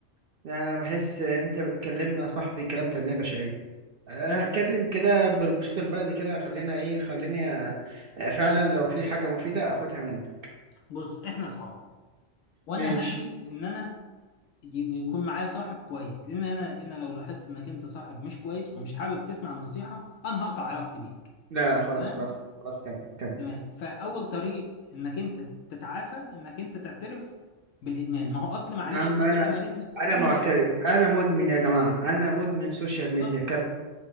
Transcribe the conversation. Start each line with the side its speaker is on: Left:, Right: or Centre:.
Right: يعني انا بحس ان انت بتكلمنا يا صاحبي كلام تنمية بشرية آه،
Left: لا مش
Right: اتكلم
Left: بك.
Right: كده بالبسط البلدي كده خلينا ايه خليني أ- فعلا لو في حاجة مفيدة اخدها منك
Left: بص احنا اصحاب وانا
Right: ماشي
Left: هدفي ان انا ي- يكون معايا صاحب كويس لان انا انا لو لاحظت انك انت صاحب مش كويس ومش حابب تسمع النصيحه انا هقطع علاقتي بيك
Right: لا خلاص
Left: تمام
Right: خلاص خلاص كمل كمل
Left: تمام فاول طريق انك انت تتعافى انك انت تعترف بالادمان ما هو اصل معلش
Right: يا عم
Left: كل
Right: انا
Left: ما رن
Right: انا
Left: كل
Right: معترف
Left: ما
Right: انا مدمن يا جماعه انا مدمن سوشيال
Left: بالظبط
Right: ميديا كمل